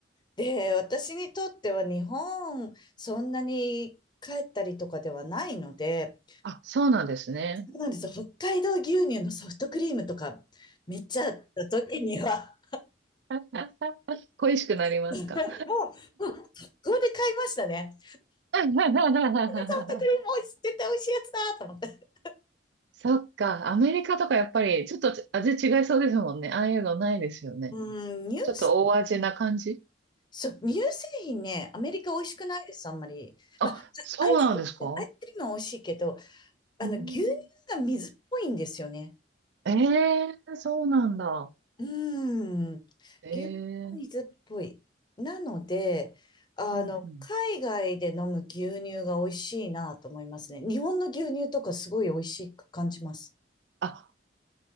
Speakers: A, on the left (about 25°); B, on the right (about 70°).
A: で、私にとっては日本、そんなに帰ったりとかではないので、
B: あ、そうなんですね。
A: そうなんですよ。北海道牛乳のソフトクリームとか、めっちゃあった時には、
B: <laughs> 恋しくなりますか。
A: <laughs> もう、もうここで買いましたね。
B: <laughs>
A: ソフトクリーム美味しい、絶対美味しいやつだと思って。
B: そっか、アメリカとかやっぱりちょっと味違いそうですもんね。ああいうのないですよね。
A: うん、乳製品、
B: ちょっと大味な感じ。
A: そう、乳製品ね、アメリカ美味しくないです、あんまり。
B: あ、
A: まあ、
B: そうなんですかう
A: アイス、アイスクリームは美味しいけど、あの、
B: ーん。
A: 牛乳が水っぽいんですよね。
B: ええそうなんだ。
A: うーん、
B: ええ
A: 牛乳水っぽい。なので、あの、
B: うんうん。
A: 海外で飲む牛乳が美味しいなと思いますね。日本の牛乳とかすごい美味しく感じます。
B: あ、